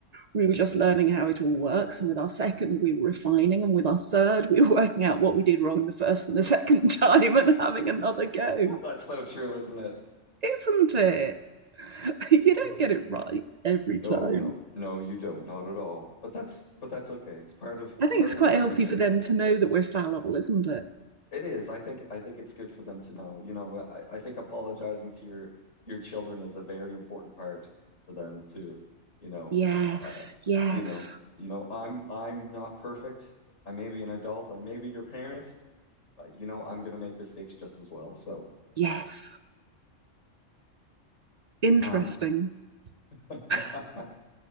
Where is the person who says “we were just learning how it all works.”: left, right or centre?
Right